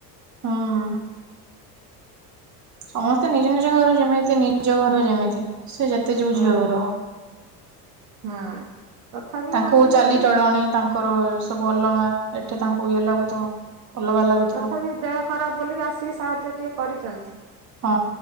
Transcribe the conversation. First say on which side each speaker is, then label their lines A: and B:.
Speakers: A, on the right; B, on the right.
A: ହୁଁ ହୁଁ। ସମସ୍ତେ ନିଜ, ନିଜ ଘର ଯେମିତି। ନିଜ ଘର ଯେମିତି ସେ ଯେତେ ଯୋଉ
B: ହୁଁ
A: ଝିଅ ଘରହଉ।
B: ହୁଁ। ତଥାପି
A: ତାଙ୍କୁ
B: ଆସୁଛନ୍ତି
A: ଚାଲି ଚଳଣି ତାଙ୍କର ସବୁ ଅଲଗା। ଏଠି ତାଙ୍କୁ ଇଏ ଲାଗୁଥିବ। ଅଲଗା ଲାଗୁଥିବ
B: ତଥାପି ଦେହ ଖରାପ ବୋଲିକି ଆସିକି ସାହାଯ୍ୟ ଟିକେ କରିଛନ୍ତି।
A: ହଁ